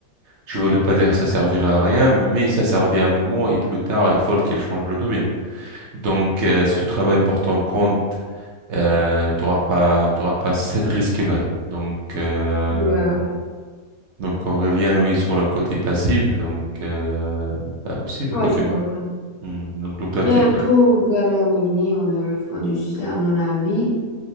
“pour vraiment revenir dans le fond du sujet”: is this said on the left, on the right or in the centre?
Left